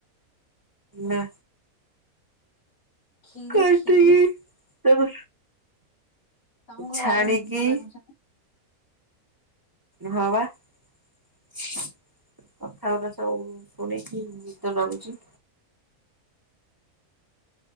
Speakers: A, on the right; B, on the left.
A: ନା।
B: ଖିରି,
A: କାଟିକି
B: ଖିରି
A: ତାକୁ
B: ତମକୁ
A: ଛାଣିକି
B: ଭାରି ନିଦ ଲାଗୁଛି ନା
A: ହଁ ବା। କଥା ଗୁଡା ସବୁ ଶୁଣିକି ନିଦ ଲାଗୁଚି।
B: <inaudible>